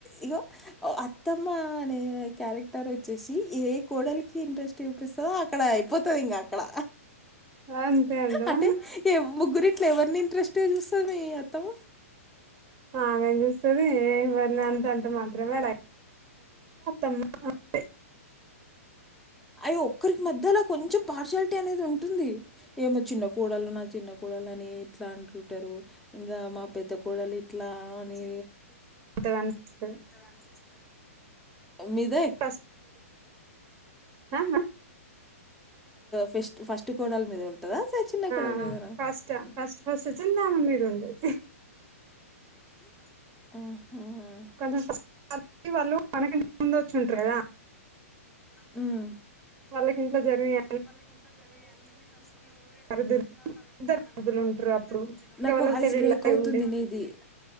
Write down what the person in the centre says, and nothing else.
ఇగో అత్తమ్మ అనే క్యారెక్టర్ వచ్చేసి ఏ కోడలికి ఇంట్రెస్ట్ చూపిస్తదో అక్కడ అయిపోతది ఇంగా అక్కడ
అంటే ముగ్గురు ఇట్ల ఎవరిని ఇంట్రెస్ట్ టెలిస్తది మీ ఆత్తమ
అవి ఒక్కరికి మధ్యలో కొంచెం పార్షాలిటీ అనేది ఉంటుంది ఏమో చిన్న కోడలు నా చిన్నకోడలు అని ఇట్లా అంటుంటారు ఇంకా మా పెద్ద కోడలు ఇట్లా అని
కొత్తగా అనిపిస్తుంది ఎనిమిది
ఫెస్ట్ ఫస్ట్ కోడలి మీద ఉంటదా స చిన్న కోడల
మీదనా
ఆహా
హ్మ్
వాళ్ళకి ఇంట్లో జరిగే అన్ని ఫస్ట్
తిన్నా
పరిధుంది
నాకు
హైస్
బ్రేక్
అవుతుంది
నీది